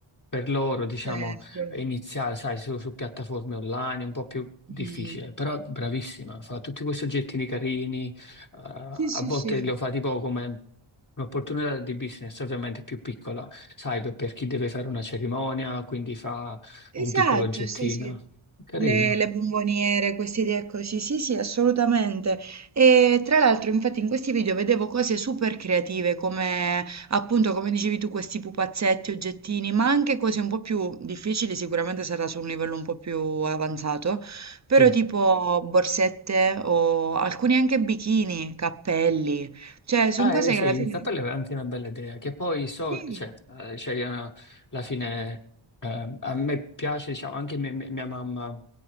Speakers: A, on the left; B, on the right.
A: per loro, diciamo,
B: Certo.
A: iniziare, sai, su, su piattaforme online, è un po' più difficile,
B: Mh.
A: però bravissima, fa tutti questi oggettini carini, eh, a
B: Sì, sì,
A: volte
B: sì.
A: lo fa tipo come un'opportunità di business, ovviamente più piccola, sai, per per chi deve fare una cerimonia, quindi fa
B: Esatto,
A: un piccolo oggettino.
B: sì, sì.
A: Carino,
B: Le le bomboniere, queste idee così. Sì, sì, assolutamente. E tra l'altro, infatti, in questi video vedevo cose super creative, come appunto, come dicevi tu, questi pupazzetti, oggettini, ma anche cose un po' più difficili, sicuramente sarà su un livello un po' più avanzato, però
A: sì.
B: tipo borsette o alcuni anche bikini, cappelli. Cioè, sono
A: Ah,
B: cose
A: eh, sì,
B: che alla
A: il
B: fine
A: cappello è anche una bella idea, che poi so,
B: Sì.
A: cioè, eh, cioè, eh, alla fine, eh, a me piace, diciamo, anche me- me- mia mamma.